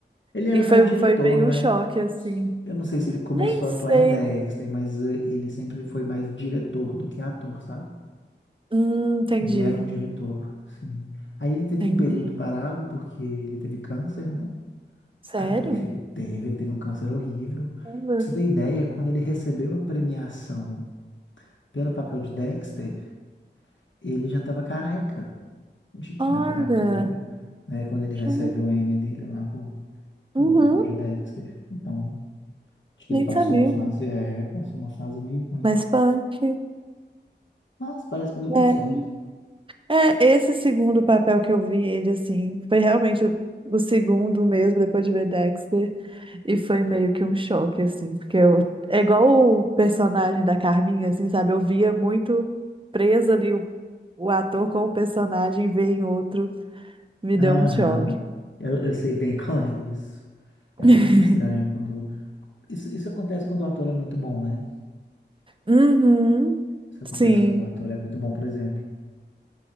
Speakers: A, on the left (about 85°); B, on the right (about 30°).
A: Ele
B: E
A: era
B: foi,
A: mais diretor,
B: foi meio
A: né?
B: um choque, assim.
A: Eu não sei se ele começou
B: Nem sei.
A: a atuar em Dexter, mas eh, ele sempre foi mais diretor do que ator, sabe?
B: Hum, entendi,
A: Ele era um diretor, sim. Aí ele teve
B: entendi.
A: um período parado porque ele teve câncer, né?
B: Sério?
A: Aí ele fi- teve, ele teve um câncer horrível.
B: Uber.
A: Pra você ter ideia, quando ele recebeu a premiação pelo papel de Dexter, ele já estava careca de quimioterapia,
B: Olha,
A: né? Quando ele recebe
B: sim.
A: o M dele lá, pô, pelo
B: Uhum,
A: papel de Dexter. Então, Acho que
B: nem
A: ele passou
B: sabia.
A: uma fase, é, passou uma fase meio ruim.
B: Mas punk,
A: Mas parece que deu
B: né?
A: tudo certo.
B: É, esse segundo papel que eu vi ele, assim, foi realmente o, o segundo mesmo, depois de ver Dexter, e foi meio que um choque, assim, porque eu, é igual o personagem da Carminha, assim, sabe? Eu via muito preso ali o, o ator com o personagem, e ver em outro, me
A: Aham,
B: deu um choque.
A: eu, eu sei bem <laughs> qual é isso. É
B: <laughs>
A: muito estranho quando. Isso, isso acontece quando o ator é muito bom, né?
B: Uhum,
A: Isso acontece
B: sim.
A: quando o ator é muito bom, por exemplo.